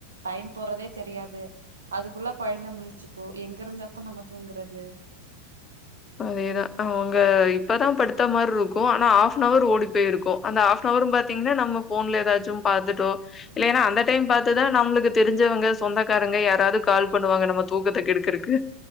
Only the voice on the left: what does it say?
அதேதான் அவங்க இப்பதான் படுத்த மாதிரி இருக்கும் ஆனா ஹாப்னவர் ஓடி போயிருக்கும் அந்த ஹாப்ரும் பாத்தீங்கன்னா நம்ம போன்ல ஏதாச்சும் பாாரத்துட்டோம் இல்லலை ஏன்னா அந்த டைம் பார்த்ததான் நம்மளுக்கு தெரிஞ்சவங்க சொந்தக்காரங்க யாராவது கால் பண்ணுவாங்க நம்ம தூக்கத்தை கெடுக்கறக்கு